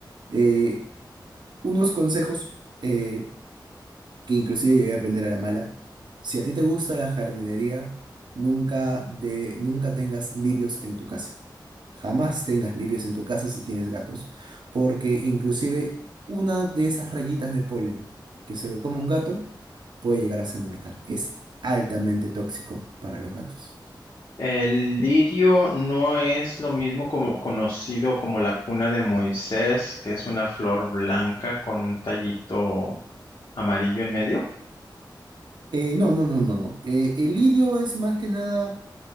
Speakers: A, on the right (about 65°); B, on the left (about 55°).
A: eh, unos consejos eh, que inclusive llegué a aprender a la mala. Si a ti te gusta la jardinería, nunca, de, nunca tengas lirios en tu casa. Jamás tengas lirios en tu casa si tienes gatos, porque inclusive una de esas rayitas de polen que se lo come un gato puede llegar a ser mortal. Es altamente tóxico para los gatos.
B: El lirio no es lo mismo como conocido como la cuna de Moisés, que es una flor blanca con un tallito amarillo en medio.
A: Eh, no, no, no, no, no. Eh, el lirio es más que nada